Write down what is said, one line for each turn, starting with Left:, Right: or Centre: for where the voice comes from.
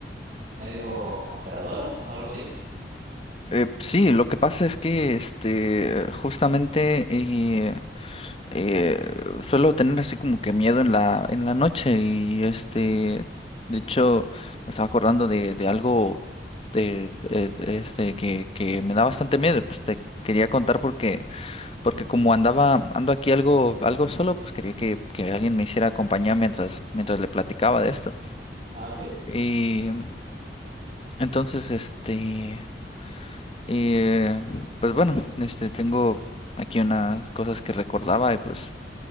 Right: medio aterradora o algo así?
Left: Eh, sí, lo que pasa es que, este, justamente eh, eh, suelo tener así como que miedo en la, en la noche y, este, de hecho, me estaba acordando de, de algo de, de- de este, que, que me da bastante miedo, pues te quería contar porque... porque como andaba, ando aquí algo, algo solo, pues quería que, que alguien me hiciera compañía mientras, mientras le platicaba de esto.
Right: Ah, ok. <laughs>
Left: Y entonces, este, eh, pues bueno, este, tengo aquí unas cosas que recordaba y pues,